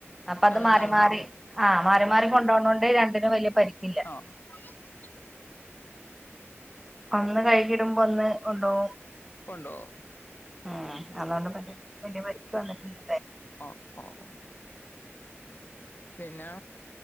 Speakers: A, in the centre; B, on the left.
A: അപ്പൊ അത്
B: അതുകൊണ്ട്
A: മാറി മാറി
B: മതി
A: ആഹ് മാറി മാറി കൊണ്ടവ്നോണ്ട് കൊണ്ട് രണ്ടിനും വലിയ പരിക്കില്ല
B: ഒ <unintelligible>
A: ഒന്ന് കൈകിടുമ്പോ ഒന്ന് കൊണ്ടോവും
B: കൊണ്ടോവും
A: ഉം അതൊണ്ട് വലിയ വലിയ പരിക്ക് വന്നിട്ടില്ല
B: ആ ആഹ പിന്നെ